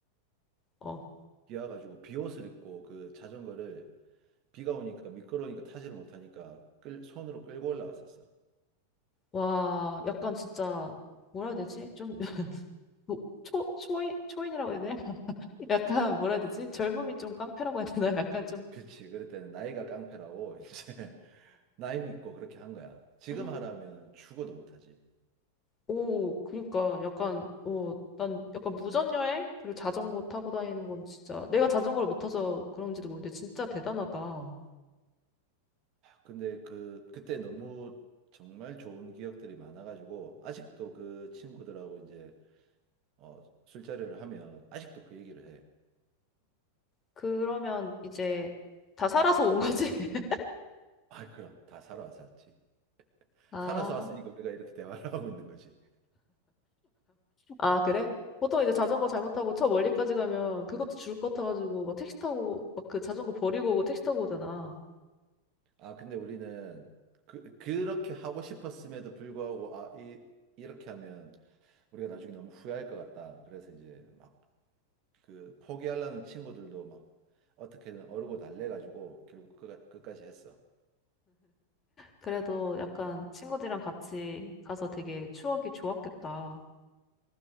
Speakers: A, on the left; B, on the right.
A: 어.
B: 비 와가지고 비옷을 입고 그 자전거를 비가 오니까 미끄러우니까 타지를 못하니까 끌, 손으로 끌고 올라갔었어.
A: 와, 약간 진짜, 뭐라 해야 되지? 좀, <laughs> 뭐, 초, 초인, 초인이라고 해야 되나? <laughs> 약간, 뭐라 해야 되지? 젊음이 좀 깡패라고 해야 되나? 약간 좀.
B: 그치. 그랬더니 나이가 깡패라고 <laughs> 이제 나이 믿고 그렇게 한 거야. 지금
A: <laughs>
B: 하라면 죽어도 못하지.
A: 오, 그니까, 약간, 오, 난 약간 무전여행? 그리고 자전거 타고 다니는 건 진짜, 내가 자전거를 못 타서 그런지도 모르는데, 진짜 대단하다.
B: 근데 그 그때 너무 정말 좋은 기억들이 많아가지고 아직도 그 친구들하고 이제 어, 술자리를 하면 아직도 그 얘기를 해.
A: 그러면 이제 다 살아서 온 거지? <laughs>
B: 아, 그럼 다 살아서 왔지.
A: 아.
B: 살아서 왔으니까 우리가 이렇게 대화를 <laughs> 하고 있는 거지.
A: 아, 그래? 보통 이제 자전거 잘못하고 저 멀리까지 가면 그것도 줄 것 같아가지고 막 택시 타고 막 그 자전거 버리고 오고 택시 타고 오잖아.
B: 아, 근데 우리는 그 그렇게 하고 싶었음에도 불구하고 아, 이 이렇게 하면 우리가 나중에 너무 후회할 것 같다. 그래서 이제 막 그 포기하려는 친구들도 막 어떻게든 어르고 달래가지고 결국 끝까- 끝까지 했어.
A: 그래도 약간 친구들이랑 같이 가서 되게 추억이 좋았겠다.